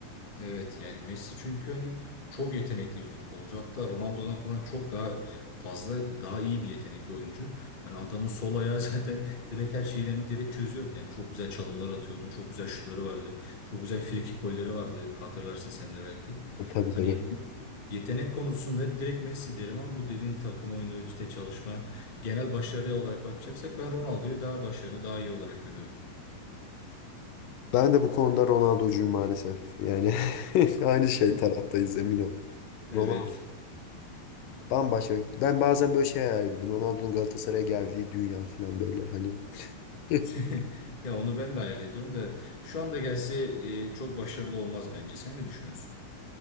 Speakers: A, on the left; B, on the left.
A: Evet yani Messi çünkü hani çok yetenekli bir futbolcu. Hatta Ronaldo'dan falan çok daha fazla daha iyi bir yetenekli oyuncu. Hani adamın sol ayağı <laughs> zaten direkt her şeyi yani direkt çözüyordu. Yani çok güzel çalımlar atıyordu. Çok güzel şutları vardı. Çok güzel frikik golleri vardı. Hatırlarsın sen de belki.
B: Tabii
A: Hani
B: tabii.
A: yet- yetenek konusunda direkt Messi derim ama bu dediğin takım oyunu işte çalışma genel başarıya olarak bakacaksak ben Ronaldo'yu daha başarılı daha iyi olarak görüyorum.
B: Ben de bu konuda Ronaldo'cuyum maalesef. Yani <laughs> aynı şey
A: <laughs>
B: taraftayız emin ol.
A: Evet.
B: Ronaldo bambaşka. Ben bazen böyle şey hayal ediyordum. Ronaldo'nun Galatasaray'a geldiği dünya falan böyle hani. <laughs>
A: <laughs> Ya onu ben de hayal ediyorum da şu anda gelse e, çok başarılı olmaz bence. Sen ne düşünüyorsun?